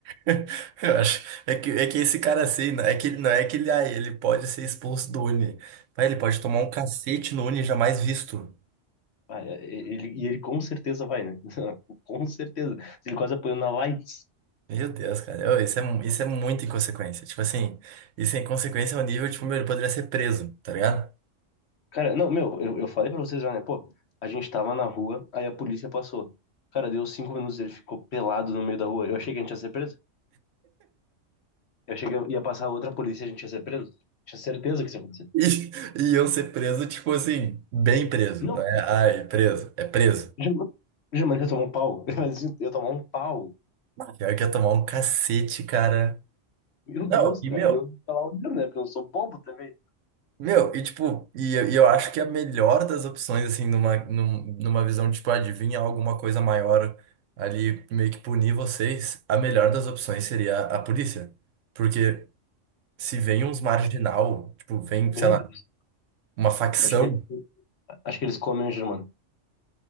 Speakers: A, on the right (about 75°); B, on the left (about 60°).
A: <laughs> eu acho. É que, é que esse cara assim, não é que, não é que ele, ah, ele pode ser expulso do Uni. Mas ele pode tomar um cacete no Uni jamais visto.
B: Ah, é, é, ele, e ele com certeza vai, né? <laughs> Com certeza. Ele quase apanhou na lights.
A: Meu Deus, cara. Ô, isso é, mu- isso é muita inconsequência. Tipo assim, isso é inconsequência ao nível, tipo, meu, ele poderia ser preso, tá ligado?
B: Cara, não, meu, eu, eu falei pra vocês já, né? Pô, a gente tava na rua, aí a polícia passou. Cara, deu cinco minutos, ele ficou pelado no meio da rua. Eu achei que a gente ia ser preso. Eu achei que ia passar outra polícia e a gente ia ser preso. Tinha certeza que isso ia acontecer.
A: E e iam ser preso, tipo assim, bem preso.
B: Não,
A: Não é, ai, preso, é preso.
B: jamais, jamais ia tomar um pau. <laughs> Imagina, Eu ia tomar um pau.
A: Pior que ia tomar um cacete, cara.
B: Meu
A: Não,
B: Deus, cara.
A: e meu,
B: E eu tava lá olhando, né? Porque eu sou bobo também.
A: meu, e tipo, e, eu- e eu acho que a melhor das opções, assim, numa, num- numa visão de, tipo, adivinha alguma coisa maior ali, meio que punir vocês, a melhor das opções seria a polícia. Porque se vem uns marginal, tipo, vem,
B: Meu
A: sei lá,
B: Deus.
A: uma facção,
B: Acho que, acho que eles comem o Germano.